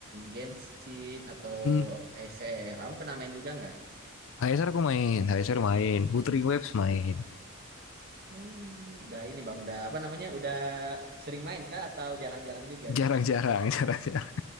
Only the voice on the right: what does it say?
Genshin atau
ASR. Kamu pernah main juga nggak?
Hmm, udah ini bang, udah apa namanya? Udah sering main kah atau jarang-jarang juga?
sih?